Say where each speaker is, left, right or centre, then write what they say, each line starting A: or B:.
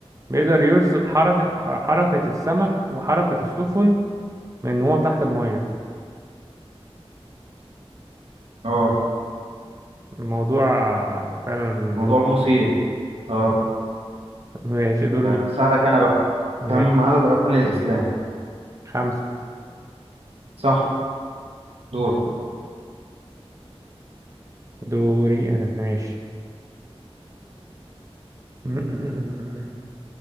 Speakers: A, on the right; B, on the right.
A: بيقدر يرصد حركة حركة السمك وحركة السفن من وهو تحت المية
B: اه
A: الموضوع فعلا
B: موضوع
A: مرعب
B: مثير اه
A: ماشي دور مين
B: اسالك انا بقى
A: ماشي
B: كم عدد اركان الاسلام
A: خمسة
B: صح دور
A: دوري أنا ماشي <laughs>